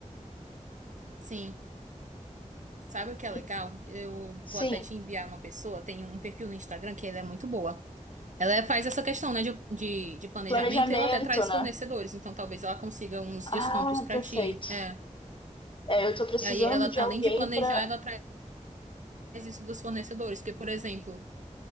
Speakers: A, on the right (about 70°); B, on the left (about 40°).
A: Sim. Sabe o que é
B: E,
A: legal? Eu
B: sim,
A: vou até te enviar uma pessoa, tem um perfil no Instagram que ela é muito boa. Ela faz essa questão, né, de, de, de planejamento
B: planejamento,
A: e ela até traz
B: né?
A: fornecedores, então talvez ela consiga uns descontos
B: Ah,
A: pra
B: perfeito.
A: ti. É.
B: É, eu tô precisando
A: Aí ela,
B: de
A: além
B: alguém
A: de planejar,
B: pra.
A: ela traz isso dos fornecedores, porque, por exemplo.